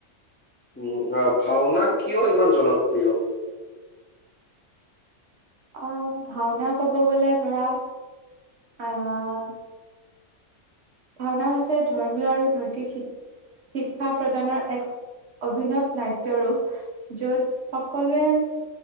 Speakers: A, on the left (about 15°); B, on the right (about 60°).
A: উম অ ভাওনা কিয় ইমান জনপ্ৰিয়
B: অ, ' ভাওনা কব গলে ধৰা আহ ভাওনা হৈছে ধৰ্মীয় আৰু নৈতিক শিক শিক্ষা প্ৰদানৰ এক অভিনৱ নাট্য় ৰূপ য'ত সকলোৱে